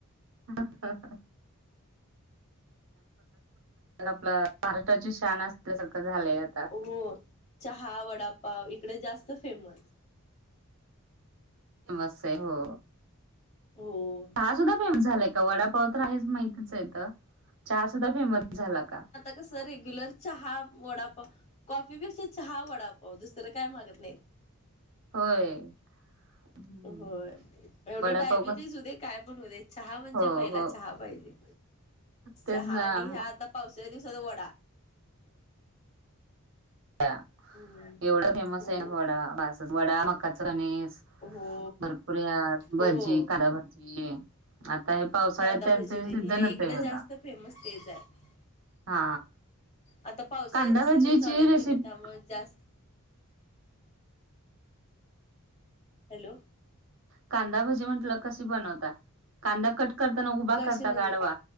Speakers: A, on the right; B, on the left.
A: <unintelligible> आपला महाराष्ट्राची शान असल्यासारख झालंय आता.
B: हो. चहा वडापाव इकडं जास्त फेमस.
A: फेमस हाय हो
B: हो.
A: चहा सुद्धा फेमस झालाय वडापाव तर आहेच माहितच आहेेतं चहा सुद्धा फेमस झाला का?
B: तसं रेग्युलर चहा वडापाव कॉफीपेक्षा चहा वडापाव दुसरं काय मागत नाहीत.
A: होय. हम्म
B: होय एवढे
A: वडापाव
B: डायबिटीस
A: कस
B: होऊ दे काय पण होऊ दे चहा म्हणजे
A: हो
B: पहिला
A: हो
B: चहा पाहिजे.
A: तेच
B: चहा
A: ना
B: आणि
A: मग
B: ह्या आता पावसाच्या दिवसात वडा.
A: एवढ
B: हम्म
A: फेमस
B: हो
A: आहे ना वडा बासच वडा मकाच कनीस.
B: हो.
A: पुऱ्यात
B: हो
A: भजी कांदा भजी. आता हे पावसाळ्यात
B: कांदा
A: त्यांचं
B: भजी देन
A: सीझनच
B: हे इकडे
A: आहे बघा.
B: जास्त फेमस तेच आहे
A: हा
B: आता पावसाळ्याचं
A: कांदा
B: सीझन
A: भजीची
B: चालू आहेत
A: रेसिपी
B: की नाहीत त्यामुळं जास्त हॅलो
A: कांदा भजी म्हंटलं कशी बनवता, कांदा कट करताना उभा
B: कसे
A: करता
B: म्हणजे
A: का आडवा?